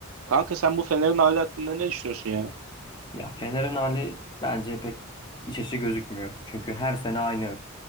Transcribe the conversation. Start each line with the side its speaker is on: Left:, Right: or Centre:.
Right: Kanka sen bu Fener'in hali hakkında ne düşünüyorsun ya?
Left: Ya Fener'in hali bence pek iç açıcı gözükmüyor. Çünkü her sene aynı